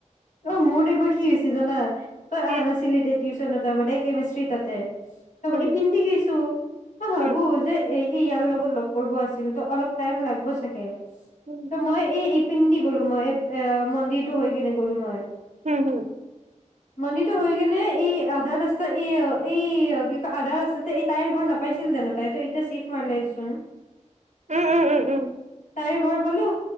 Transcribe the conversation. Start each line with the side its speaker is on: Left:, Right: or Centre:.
Left: অ', মোৰ একবাৰ কি হৈছি জানা? তই
Right: কি
Left: অহা নাছিলি দে টিউচনত কেমিষ্ট্ৰি তাতে ত'
Right: উম
Left: এই পিনদি গৈইছো অ', ভাবোঁ
Right: উম
Left: যে, এই ই, ইয়াৰ লগত লগ কৰিব আছিল তো, অলপ টাইম লাগব চাগে
Right: উম
Left: ত মই এই ইপিনদি কলো মই এই এ, মন্দিৰতটো হৈ কেনে গ'লো মই।
Right: হম, হম।
Left: মন্দিৰটো হৈকেনে এই আধা ৰাস্তা এই, এই কি কয় আধা ৰাস্তাতে এই তাইৰ ঘৰ নাপাইছিল জানো, তাই ত এতিয়া চিফ মাৰিলেচোন।
Right: উম, উম, উম, উম।
Left: তাইৰ ঘৰ পালো